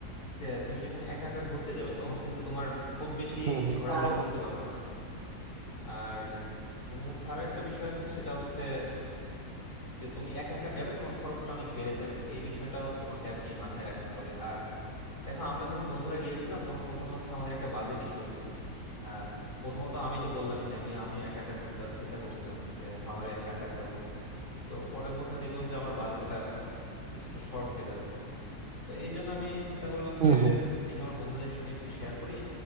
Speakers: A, on the left; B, on the right.
A: সে তুমি যখন একা একা ঘুরতে যাবে তখন কিন্তু তোমার খুব বেশি
B: হুম হুম
A: ঘোরাঘুরি করতে পারবে না আর তুমি হচ্ছে আরো একটা বিষয় আছে সেটা হচ্ছে যে তুমি একা একা গেলে তোমার খরচটা অনেক বেড়ে যাবে এই বিষয়টাও তোমাকে আর কি মাথায় রাখতে হবে আর দেখো আমরা যখন বন্ধুরা গিয়েছিলাম তখন প্রথমে হচ্ছে আমাদের একটা বাজেট ইস্যু হয়েছিল আহ প্রথমত আমি তো বললামই যে আমি আমি একা একা ট্যুর দেওয়ার চিন্তা করছিলাম যে হাওড়ে একা একা যাবো তো পরে প্রথমে দেখলাম যে আমার বাজেটটা কিছুটা শর্ট হয়ে যাচ্ছে তো এই জন্য আমি চিন্তা করলাম
B: হুম
A: যে
B: হুম
A: দেখি আমার বন্ধুদের সঙ্গে একটু শেয়ার করি